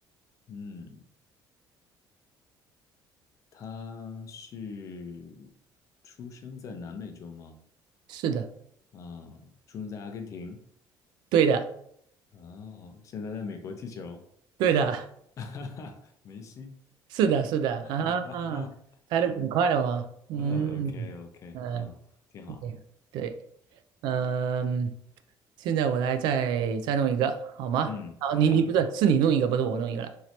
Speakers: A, on the left; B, on the right.
A: 嗯，他是出生在南美洲吗？
B: 是的，
A: 啊、出生在阿根廷。
B: 对的，
A: 哦，现在在美国踢球，
B: 对的，
A: <laughs> 哈哈，梅西，
B: 是的，是的，
A: <laughs> 哈哈哈，
B: 啊，拍的挺快的嘛，嗯
A: 嗯，OK OK，
B: 嗯，
A: 嗯，挺好，
B: 对对，嗯，现在我来再再弄一个，好吗？
A: 嗯，
B: 好，
A: 好呀，
B: 你你不是是你弄一个，不是我弄一个了，